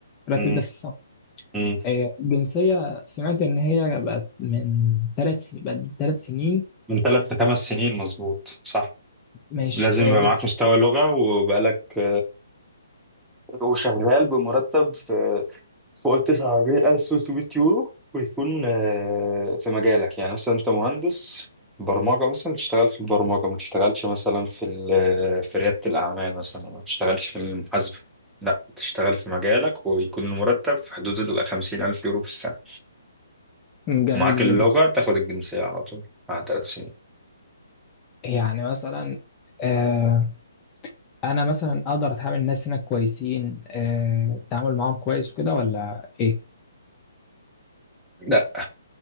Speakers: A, on the left; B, in the centre.
A: الراتب
B: امم
A: ده في السنه
B: امم
A: آه، الجنسيه سمعت ان هي بقت من ثلاث سنين بقت ثلاث سنين
B: من ثلاث لخمس سنين مظبوط صح
A: مش
B: لازم
A: آه،
B: يبقى
A: بس
B: معاك مستوى لغه وبقالك وشغال بمرتب في فوق 9300 يورو ويكون آه، في مجالك يعني مثلا انت مهندس برمجة مثلا تشتغل في البرمجة ما تشتغلش مثلا في ال- في ريادة الأعمال مثلا ما تشتغلش في المحاسبة لا تشتغل في مجالك ويكون المرتب في حدود ال 50 ألف يورو في السنة
A: جميل
B: ومعاك اللغة
A: جدا
B: تاخد الجنسية على طول مع ثلاث سنين
A: يعني مثلا آه، انا مثلا اقدر اتعامل الناس هناك كويسين آه، التعامل معاهم كويس وكده ولا ايه
B: لا